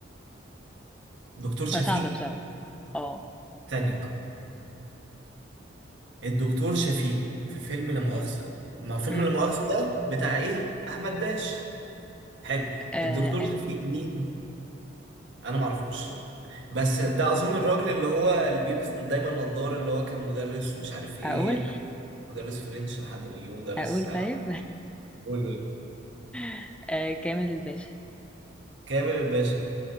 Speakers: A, on the right; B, in the centre.
A: دكتور شفيق
B: ده صعب بصراحة اه
A: ثانية الدكتور شفيق في فيلم لا مؤاخذة ما فيلم
B: امم
A: لا مؤاخذة ده بتاع ايه احمد داش حلو
B: آه
A: الدكتور
B: آه،
A: شفيق مين انا ما اعرفوش بس ده اظن الراجل اللي هو اللي بيلبس دايما نظارة اللي هو كان مدرس مش عارف ايه
B: اقول
A: اللي- مدرس فرنش لحد ما يجيبه مدرس
B: اقول
A: عربي.
B: طيب
A: قول قول.
B: <laughs> آه كامل الباشا
A: كامل الباشا